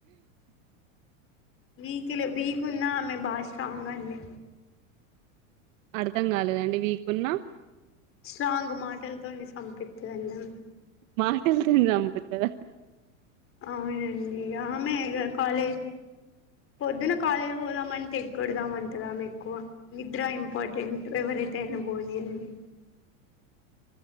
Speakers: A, on the left (about 30°); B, on the right (about 70°).
A: వీక్లో వీక్ ఉన్నా ఆమె బాగా స్ట్రాంగ్ అండి
B: అర్థం కాలేదండి వీకున్నా
A: స్ట్రాంగ్ మాటలతోని చంపితదన్నా
B: మాటలు తోని సంపతదా
A: అవునండి ఇక ఆమె ఇక కాలేజ్ పొద్దున కాలేజీకి పోదామంటె ఎగడదాం అంటదామెక్కువ నిద్ర ఇంపార్టెంట్ ఎవరైతే
B: హ్మ్.
A: అయినా బోనీ అని